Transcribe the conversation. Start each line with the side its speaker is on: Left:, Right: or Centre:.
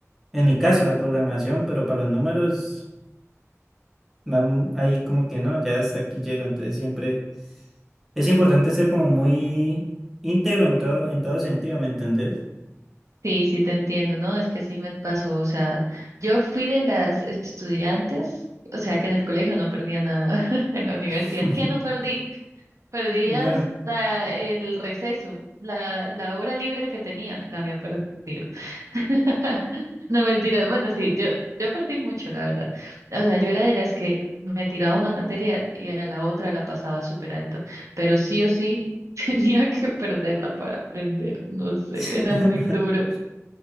Centre: en mi caso, la programación, pero para los números, van ahí como que no, ya hasta aquí llego. Entonces siempre es importante ser como muy íntegro en todo, en todo sentido, ¿me entendés?
Right: Sí, sí te entiendo, ¿no? Es que sí me pasó, o sea, yo fui de las estudiantes, o sea, que en el colegio no perdía nada, <laughs> en la universidad,
Centre: <laughs>
Right: ¿qué no perdí? Perdí
Centre: No.
Right: hasta el receso, la, la hora libre que tenía, la había perdido. <laughs> No mentiras, bueno, sí, yo, yo perdí mucho, la verdad. O sea, yo era de las que me tiraba una materia y a la otra la pasaba súper alto, pero sí o sí <laughs> tenía que perderla para aprender, no sé,
Centre: <laughs>
Right: era muy duro.